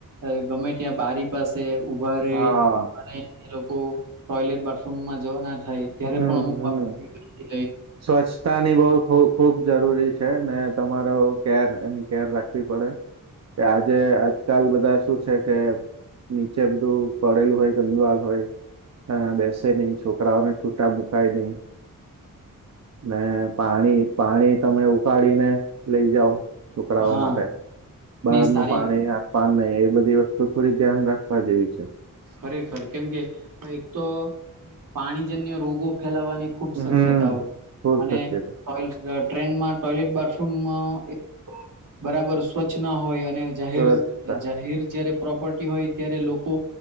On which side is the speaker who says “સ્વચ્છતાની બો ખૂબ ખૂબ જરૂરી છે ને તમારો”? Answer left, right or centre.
Right